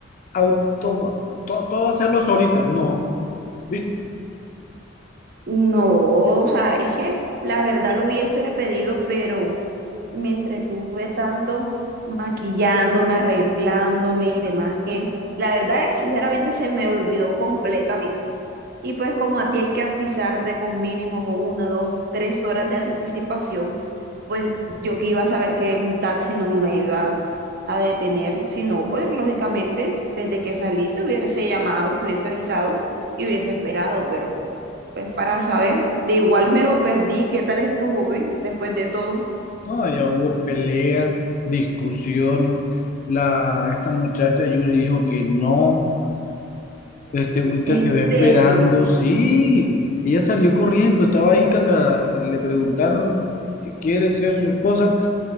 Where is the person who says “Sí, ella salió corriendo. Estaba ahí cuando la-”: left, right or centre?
Left